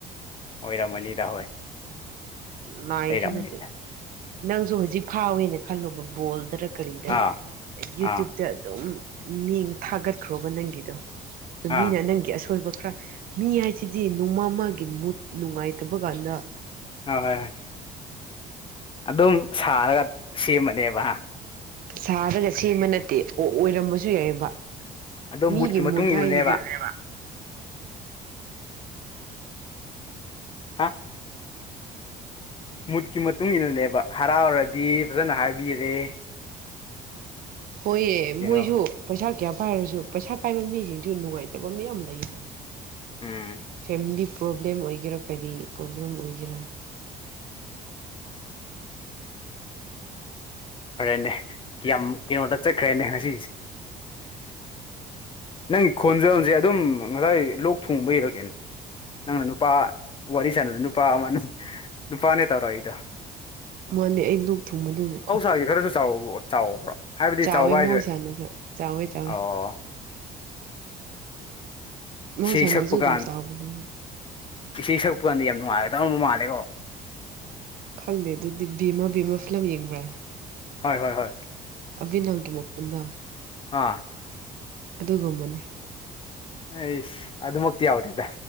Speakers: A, on the left; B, on the right.
A: ꯑꯣꯏꯔꯝꯃꯅꯤꯗ ꯍꯣꯏ
B: ꯃꯥꯏꯁꯤ
A: ꯂꯩꯔꯝꯃꯅꯤꯗ
B: ꯅꯠꯇꯦ ꯅꯪꯁꯨ ꯍꯧꯖꯤꯛ ꯐꯥꯎꯋꯦꯅ ꯈꯜꯂꯣꯕ ꯕꯣꯜꯗꯔ ꯀꯔꯤꯗ
A: ꯑꯥ
B: ꯌꯨꯇ꯭ꯌꯨꯕ
A: ꯑꯥ
B: ꯗ ꯑꯗꯨꯝ ꯃꯤ ꯊꯥꯒꯠꯈ꯭ꯔꯣꯕ ꯅꯪꯒꯤꯗꯣ ꯑꯗꯨ
A: ꯑꯥ
B: ꯃꯤꯅ ꯅꯪꯒꯤ ꯑꯁꯣꯏꯕ ꯈꯔ ꯃꯤ ꯍꯥꯏꯁꯤꯗꯤ ꯅꯣꯡꯃꯃꯒꯤ ꯃꯨꯠ ꯅꯨꯡꯉꯥꯏꯇꯕ ꯀꯥꯟꯗ
A: ꯑꯣꯏ ꯍꯣꯏ ꯍꯣꯏ ꯑꯗꯨꯝ ꯁꯥꯔꯒ ꯁꯦꯝꯕꯅꯦꯕ ꯍꯥ
B: ꯁꯥꯔꯒ ꯁꯦꯝꯕ ꯅꯠꯇꯦ ꯑꯣ ꯑꯣꯏꯔꯝꯕꯁꯨ ꯌꯥꯏꯑꯕ
A: ꯑꯗꯣ
B: ꯃꯤꯒꯤ
A: ꯃꯨꯠꯀꯤ ꯃꯇꯨꯡ
B: ꯃꯨꯠ
A: ꯏꯟꯅꯅꯦꯕ
B: ꯍꯥꯏꯦꯕ <inaudible>
A: ꯍꯥ ꯃꯨꯠꯀꯤ ꯃꯇꯨꯡ ꯏꯟꯅꯅꯦꯕ ꯍꯔꯥꯎꯔꯗꯤ ꯐꯖꯅ ꯍꯥꯏꯕꯤꯔꯦ
B: ꯍꯣꯏꯑ
A: ꯀꯩꯅꯣ
B: ꯃꯣꯏꯁꯨ ꯄꯩꯁꯥ ꯀꯌꯥ ꯄꯥꯏꯔꯁꯨ ꯄꯩꯁꯥ ꯄꯥꯏꯕ ꯃꯤꯁꯤꯡꯁꯨ ꯅꯨꯡꯉꯥꯏꯇꯕ ꯃꯌꯥꯝ ꯂꯩꯅ
A: ꯎꯝ
B: ꯐꯦꯃꯤꯂꯤ ꯄ꯭ꯔꯣꯕ꯭ꯂꯦꯝ ꯑꯣꯏꯒꯦꯔꯥ ꯀꯔꯤ ꯄ꯭ꯔꯣꯕ꯭ꯂꯦꯝ ꯑꯣꯏꯒꯦꯔꯥ
A: ꯐꯔꯦꯅꯦꯌꯥꯝ ꯀꯩꯅꯣꯗ ꯆꯠꯈ꯭ꯔꯦꯅꯦ ꯉꯁꯤꯁꯦ ꯅꯪꯒꯤ ꯈꯣꯟꯖꯦꯜꯁꯦ ꯑꯗꯨꯝ ꯉꯁꯥꯏ ꯂꯣꯛ ꯊꯨꯡꯕ ꯏꯔꯛꯒꯦꯅ ꯅꯪꯅ ꯅꯨꯄꯥ ꯋꯥꯔꯤ ꯁꯥꯟꯅꯗ ꯅꯨꯄꯥ ꯑꯃꯅ ꯅꯨꯄꯥꯅꯦ ꯇꯧꯔ ꯑꯩꯗꯣ
B: ꯃꯥꯅꯦ ꯑꯩ ꯣꯛ ꯊꯨꯡꯕꯗꯅꯣ
A: ꯑꯩꯁ ꯈꯔꯁꯨ ꯆꯥꯎ ꯆꯥꯎꯕ꯭ꯔꯣ ꯍꯥꯏꯕꯗꯤ
B: ꯆꯥꯎꯋꯦ
A: ꯆꯥꯎꯕ
B: ꯃꯍꯧꯁꯥꯅꯁꯨ
A: ꯍꯥꯏꯁꯦ
B: ꯆꯥꯎꯋꯦ ꯆꯥꯎꯋꯦ
A: ꯑꯣ
B: ꯃꯧꯁꯥꯅꯁꯨ
A: ꯏꯁꯩ ꯁꯛꯄ
B: ꯑꯗꯨꯗꯝꯝ
A: ꯀꯥꯟ
B: ꯁꯥꯥꯎꯕ
A: ꯏꯁꯩ ꯁꯛꯄ ꯀꯥꯟꯗ ꯌꯥꯝ ꯅꯨꯡꯉꯥꯏꯒꯗ ꯇꯧꯔꯅꯕ ꯃꯥꯜꯂꯦꯀꯣ
B: ꯈꯪꯗꯦ ꯑꯗꯨꯗꯤ ꯕꯦꯝꯃꯥ ꯕꯦꯃꯥ ꯐꯤꯂꯝ ꯌꯦꯡꯕ꯭ꯔꯥ
A: ꯍꯣꯏ ꯍꯣꯏ ꯍꯣꯏ
B: ꯑꯕꯤ ꯅꯪꯒꯤ ꯃꯗ
A: ꯑꯥ
B: ꯑꯗꯨꯒꯨꯝꯕꯅꯤ
A: ꯏ ꯑꯗꯨ ꯃꯛꯇ ꯌꯥꯎꯗꯦꯗ